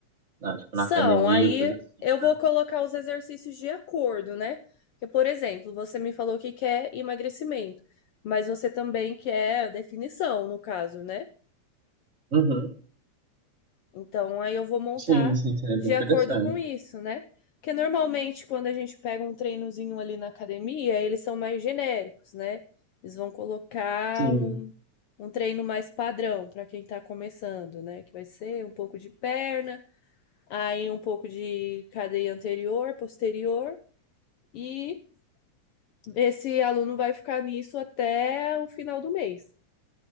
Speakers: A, on the right; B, on the left.
A: Na, tipo,
B: São,
A: na academia,
B: aí
A: coisa assim,
B: eu vou
A: né?
B: colocar os exercícios de acordo, né? Porque, por exemplo, você me falou que quer emagrecimento, mas você também quer definição, no caso, né?
A: Uhum.
B: Então, aí eu vou montar
A: Sim, sim, seria
B: de
A: bem interessante.
B: acordo com isso, né? Porque normalmente, quando a gente pega um treinozinho ali na academia, eles são mais genéricos, né? Eles vão colocar
A: Sim.
B: um, um treino mais padrão para quem tá começando, né? Que vai ser um pouco de perna aí um pouco de cadeia anterior, posterior, e esse aluno vai ficar nisso até o final do mês.